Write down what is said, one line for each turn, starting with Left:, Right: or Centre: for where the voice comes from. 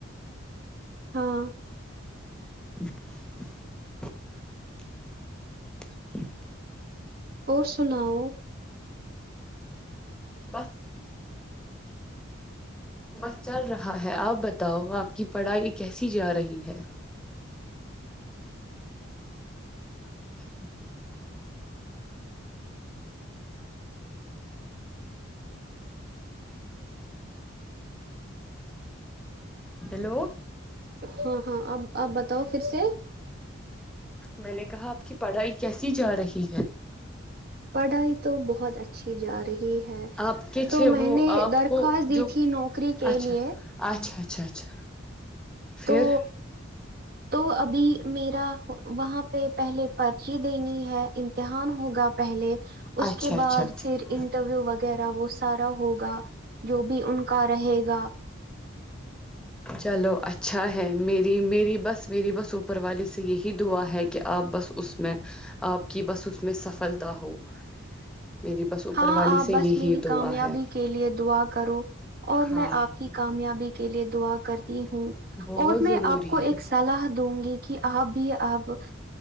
Right: ہاں
Centre: <inaudible> <inaudible>
Right: اور سناؤ
Centre: بس بس چل رہا ہے آپ بتاؤ آپ کی پڑھائی کیسی جا رہی ہے <inaudible> ہیلو
Right: ہاں ہاں اب آپ بتاؤ پھر سے
Centre: میں نے کہا آپ کی پڑھائی کیسی جا رہی ہے
Right: پڑھائی تو بہت اچھی جا رہی ہے
Centre: آپ کے چھ
Right: تو میں
Centre: وہ
Right: نے
Centre: آپ
Right: درخواست
Centre: کو
Right: دی
Centre: جو
Right: تھی نوکری کے
Centre: اچھا
Right: لیے
Centre: اچھا اچھا اچھا
Right: تو
Centre: پھر
Right: تو ابھی میرا وہاں پہ پہلے پرچی دینی ہے امتحان ہوگا پہلے اس
Centre: اچھا
Right: کے
Centre: اچھا
Right: بعد
Centre: اچھا
Right: پھر انٹرویو وغیرہ وہ سارا ہوگا جو بھی ان کا رہے گا
Centre: چلو اچھا ہے میری میری بس میری بس اوپر والی سے یہی دعا ہے کہ اپ بس اس میں اپ کی بس اس میں سفلتا ہو میری بس اوپر
Right: ہاں
Centre: والے
Right: آپ
Centre: سے
Right: بس
Centre: یہی
Right: میری
Centre: دعا
Right: کامیابی
Centre: ہے
Right: کے لیئے دعا کرو اور
Centre: ہاں
Right: میں آپ کی کامیابی کے لیے دعا کر ہوں
Centre: بہت
Right: اور میں
Centre: ضروری
Right: آپ کو
Centre: ہے
Right: ایک سلاح دوں گی کہ اب بھی اب